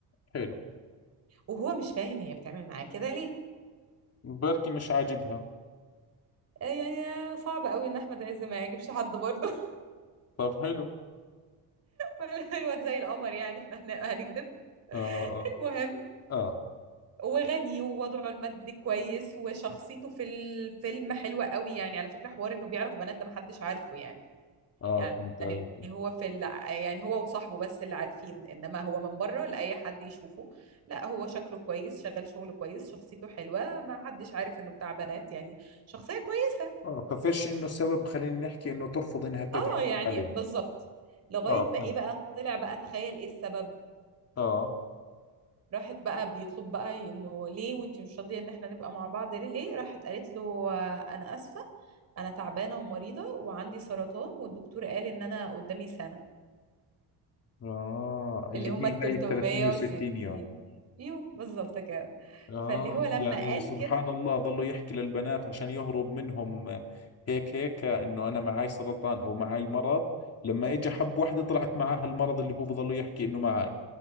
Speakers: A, on the left; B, on the right.
A: حلو
B: وهو مش فاهم هي بتعمل معاه كده ليه
A: بركي مش عاجبها
B: آه، يعني صعب قوي ان احمد عز ما يعجبش حد برضه <laughs>
A: طب حلو
B: ولا الواد زي القمر يعني احنا هن- هنكذب
A: آه آه
B: المهم
A: آه
B: وغني ووضعه المادي كويس وشخصيته في الفيلم حلوة قوي يعني على فكرة حوار انه بيعرف بنات ده محدش عارفه يعني
A: آه
B: يعني
A: فهمت عليك
B: هو في ال... يعني هو وصاحبه بس اللي عارفين انما هو من بره لأي حد يشوفه لا هو شكله كويس شغال شغله كويس شخصيته حلوة ما حدش عارف انه بتاع بنات يعني شخصية كويسة
A: آه ففش إنه سبب خلينا نحكي إنه ترفض إنها تتعرف
B: اه يعني
A: عليه
B: بالظبط لغاية
A: آه
B: ما
A: فهمت
B: ايه بقى طلع بقى تخيل ايه السبب
A: آه
B: راحت بقى بيطلب بقى انه ليه وانتي مش راضيه ان احنا نبقى مع بعض ليه ليه؟ راحت قالت له آه، انا اسفه انا تعبانه ومريضه وعندي سرطان والدكتور قال ان انا قدامي سنه
A: آه اللي
B: اللي هما
A: هي
B: ال 360
A: هاي 360 يوم
B: يوم بالظبط كده
A: آه
B: فاللي هو لما
A: يعني
B: قال
A: سبحان
B: كده
A: الله ظلوا يحكي للبنات عشان يهرب منهم آه، هيك هيك آه، إنه أنا معاي سرطان أو معاي مرض لما إجا حب وحدة طلعت معاها المرض اللي هو بظلوا يحكي إنه معاي